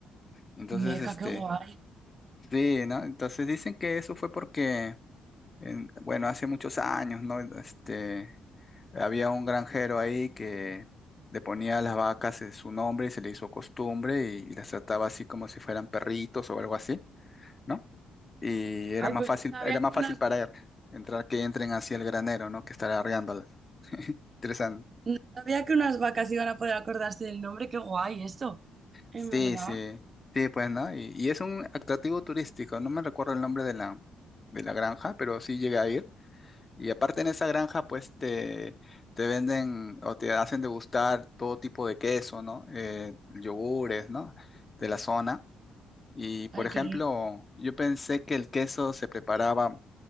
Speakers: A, on the left (about 30°); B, on the right (about 40°).
A: Entonces,
B: Meca,
A: este,
B: qué guay.
A: sí, ¿no? Entonces dicen que eso fue porque, en- bueno, hace muchos años, ¿no? Este, había un granjero ahí que le ponía a las vacas eh, su nombre y se le hizo costumbre y, y las trataba así como si fueran perritos o algo así, ¿no? Y era
B: Ay,
A: más
B: pues
A: fácil,
B: no sabía
A: era
B: que
A: más
B: unas,
A: fácil para él entrar que entren hacia el granero, ¿no? Que estar arreándolas. Interesante.
B: no sabía que unas vacas iban a poder acordarse del nombre. Qué guay eso. En
A: Sí,
B: verdad.
A: sí, sí, pues, ¿no? Y, y es un atractivo turístico, no me recuerdo el nombre de la, de la granja, pero sí llegué a ir. Y aparte en esa granja, pues, te, te venden o te hacen degustar todo tipo de queso, ¿no? Eh, yogures, ¿no? De la zona. Y, por
B: Ay,
A: ejemplo,
B: qué rico.
A: yo pensé que el queso se preparaba